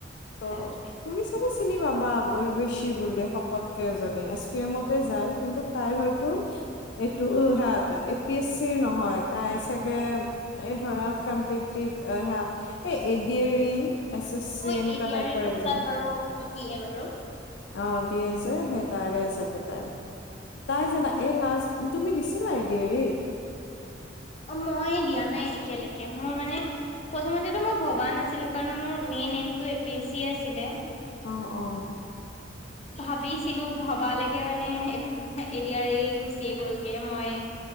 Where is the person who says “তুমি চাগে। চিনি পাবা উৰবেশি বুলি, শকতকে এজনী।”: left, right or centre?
Left